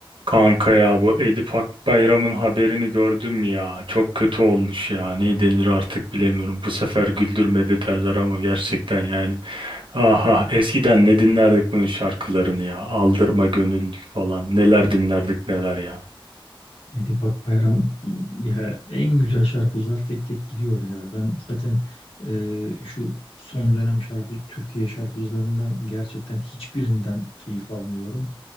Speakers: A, on the right; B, on the left.
A: Kanka ya bu Edip Akbayram'ın haberini gördün mü ya? Çok kötü olmuş ya. Ne denir artık bilemiyorum. Bu sefer güldürmedi derler ama gerçekten yani. Aha eskiden ne dinlerdik bunun şarkılarını ya. Aldırma gönül falan. Neler dinlerdik neler ya.
B: Edip Akbayram ya en güzel şarkıcılar tek tek gidiyor ya. Ben zaten e, şu son dönem şarkı Türkiye şarkıcılarından gerçekten hiçbirinden keyif almıyorum.